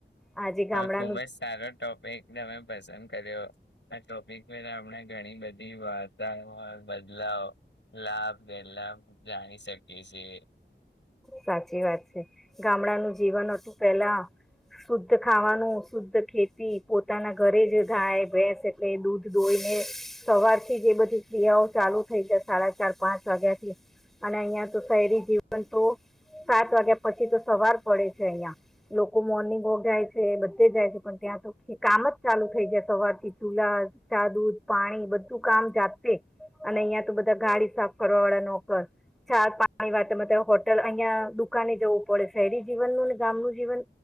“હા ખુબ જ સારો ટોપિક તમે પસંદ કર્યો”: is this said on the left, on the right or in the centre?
Left